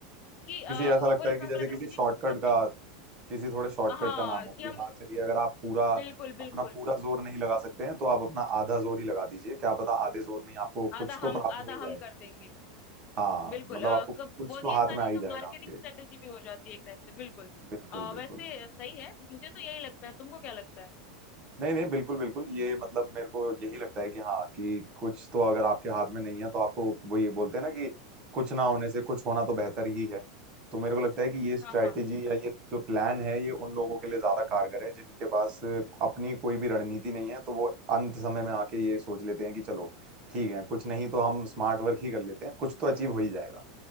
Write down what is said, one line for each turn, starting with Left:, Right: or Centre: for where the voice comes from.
Left: कि
Right: किसी ऐसा लगता
Left: फॉर एग्जाम्पल
Right: है कि जैसे
Left: अगर
Right: किसी
Left: मुझे
Right: शॉर्टकट
Left: किसी को अपने
Right: का किसी थोड़े शॉर्टकट
Left: हाँ
Right: का नाम हो
Left: कि
Right: कि
Left: हम
Right: हाँ चलिए अगर आप पूरा
Left: बिल्कुल
Right: अपना
Left: बिल्कुल
Right: पूरा जोर नहीं लगा सकते हैं तो आप अपना आधा जोर ही लगा दीजिए क्या पता आधे जोर में ही आपको
Left: आधा
Right: कुछ तो
Left: हम
Right: प्राप्त
Left: आधा
Right: हो ही जाएगा
Left: हम कर देंगे
Right: हाँ
Left: बिल्कुल
Right: मतलब
Left: अ,
Right: आपको कुछ
Left: कब बहुत
Right: तो
Left: ये
Right: हाथ
Left: सारे
Right: में आ ही
Left: जो
Right: जाएगा
Left: मार्केटिंग
Right: आपके।
Left: स्ट्रेटेजी भी हो जाती है एक टाइप से बिल्कुल
Right: बिल्कुल
Left: अ,
Right: बिल्कुल
Left: वैसे
Right: बिल्कुल
Left: सही है मुझे तो यही लगता है तुमको क्या लगता है
Right: नहीं नहीं बिल्कुल बिल्कुल ये मतलब मेरे को यही लगता है कि हाँ कि कुछ तो अगर आपके हाथ में नहीं है तो आपको वही बोलते हैं ना कि कुछ ना होने से कुछ होना तो बेहतर ही है तो मेरे को लगता है कि ये स्ट्रैटेजी
Left: हाँ हाँ
Right: या ये जो प्लान है ये उन लोगों के लिए ज्यादा कारगर है जिनके पास अपनी कोई भी रणनीति नहीं है तो वो अंत समय में आके ये सोच लेते हैं कि चलो ठीक है कुछ नहीं तो हम स्मार्ट वर्क ही कर लेते हैं कुछ तो अचीव हो ही जाएगा